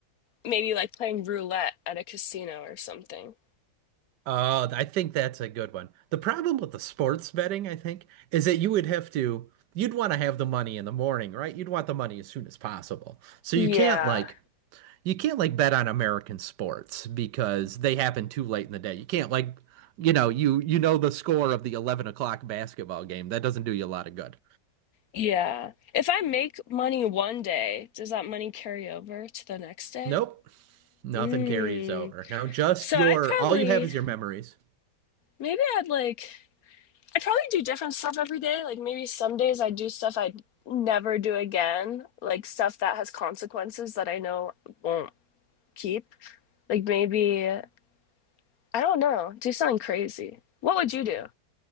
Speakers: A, on the left; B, on the right.
A: maybe like playing roulette at a casino or something.
B: Oh, I think that's a good one. The problem with the sports betting, I think, is that you would have to, you'd want to have the money in the morning, right? You'd want the money as soon as possible. So
A: Yeah.
B: you can't like, you can't like bet on American sports because they happen too late in the day. You can't like, you know, you you know the score of the 11 o'clock basketball game. That doesn't do you a lot of good.
A: Yeah. If I make money one day, does that money carry over to the next day?
B: Nope. Nothing
A: Mm.
B: carries over. Now, just
A: So
B: your,
A: I'd probably,
B: all you have is your memories.
A: maybe I'd like, I'd probably do different stuff every day. Like maybe some days I do stuff I'd never do again, like stuff that has consequences that I know won't keep. Like maybe, I don't know, do something crazy. What would you do?